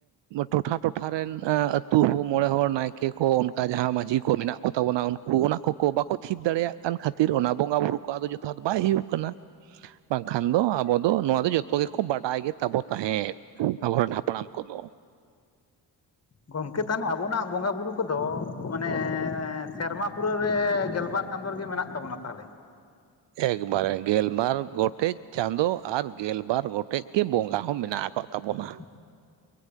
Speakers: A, on the right (about 75°); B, on the left (about 35°).
A: ᱴᱚᱴᱷᱟ ᱴᱚᱴ ᱴᱚᱴᱷᱟ ᱨᱮᱱ ᱟᱹᱛᱩ ᱦᱚᱸ ᱢᱚᱬᱮ ᱦᱚᱲ ᱱᱟᱭᱠᱮ ᱠᱚ ᱚᱱᱠᱟ ᱡᱟᱦᱟᱸ ᱢᱟᱺᱡᱷᱤ ᱠᱚ ᱢᱮᱱᱟᱜ ᱠᱚ ᱛᱟᱵᱚᱱᱟ ᱩᱱᱠᱩ ᱚᱱᱟ ᱠᱚᱠᱚ ᱵᱟᱠᱚ ᱪᱷᱤᱛ ᱫᱟᱲᱮᱭᱟᱜ ᱠᱟᱱ ᱠᱷᱟᱹᱛᱤᱨ ᱚᱱᱟ ᱵᱚᱸᱜᱟ ᱵᱩᱨᱩ ᱠᱚ ᱟᱫᱚ ᱡᱚᱛᱷᱟᱛ ᱵᱟᱭ ᱦᱩᱭᱩᱜ ᱠᱟᱱᱟ ᱵᱟᱝᱠᱷᱟᱱ ᱫᱚ ᱟᱵᱚ ᱫᱚ ᱱᱚᱣᱟ ᱫᱚ ᱡᱚᱛᱚ ᱜᱮᱠᱚ ᱵᱟᱰᱟᱭ ᱜᱮ ᱛᱟᱵᱚ ᱛᱟᱦᱮᱸᱼᱼ ᱟᱵᱚ ᱨᱮᱱ ᱦᱟᱯᱲᱟᱢ ᱠᱚᱫᱚ
B: ᱜᱚᱢᱠᱮ ᱛᱟᱦᱚᱞᱮ ᱟᱵᱚᱱᱟᱜ ᱵᱚᱸᱜᱟ ᱵᱩᱨᱩ ᱠᱚᱫᱚ ᱢᱟᱱᱮ ᱥᱮᱨᱢᱟ ᱯᱩᱨᱟᱹᱣ ᱨᱮ ᱜᱮᱞᱵᱟᱨ ᱪᱟᱸᱫᱳ ᱨᱮ ᱜᱮ ᱢᱮᱱᱟᱜ ᱛᱟᱵᱚᱱᱟ ᱛᱟᱦᱚᱞᱮ
A: ᱮᱠᱵᱟᱨᱮ ᱜᱮᱞᱵᱟᱨ ᱜᱚᱴᱮᱡ ᱪᱟᱸᱫᱚ ᱟᱨ ᱜᱮᱞᱵᱟᱨ ᱜᱚᱴᱮᱡ ᱜᱮ ᱵᱚᱸᱜᱟ ᱦᱚᱸ ᱢᱮᱱᱟᱜ ᱟᱠᱟᱫ ᱛᱟᱵᱚᱱᱟ
B: <inaudible>